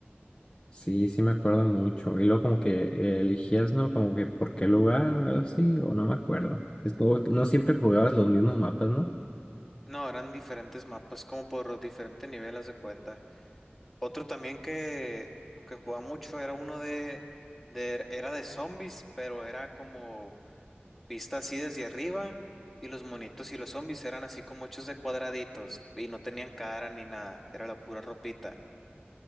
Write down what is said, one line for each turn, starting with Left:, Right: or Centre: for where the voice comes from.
Left: Sí, sí me acuerdo mucho. Y luego como que eh, elegías, ¿no? Como que por qué lugar, algo así, o no me acuerdo. Es como- no siempre jugabas los mismos mapas, ¿no?
Centre: No, eran diferentes mapas, como por los diferentes niveles de cuenta. Otro también que, que jugaba mucho era uno de, de- era de zombies, pero era como vista así desde arriba y los monitos y los zombies eran así como hechos de cuadraditos y no tenían cara ni nada, era la pura ropita.